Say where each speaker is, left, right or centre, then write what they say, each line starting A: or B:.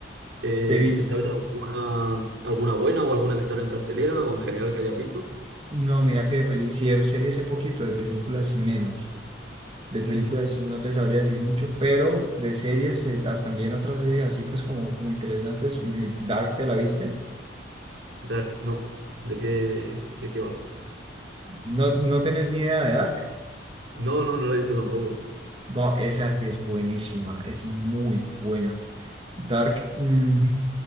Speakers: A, on the right; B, on the right.
A: Eh,
B: Te vis,
A: ¿te sabes alguna, alguna buena o alguna que estará en cartelera o en general que hayas visto?
B: no, mira que de películas sí, de serie hace poquito, de películas y menos. De películas
A: Ujú.
B: sí no te sabría decir mucho, pero de series, eh, ah, también otras series así pues como, como interesantes. mm, Dark, ¿te la viste?
A: Dark, no. ¿De qué, de qué va?
B: ¿No, no tenés ni idea de Dark?
A: No, no, no la he visto tampoco.
B: No, esa sí es buenísima, es muy buena. Dark, mm,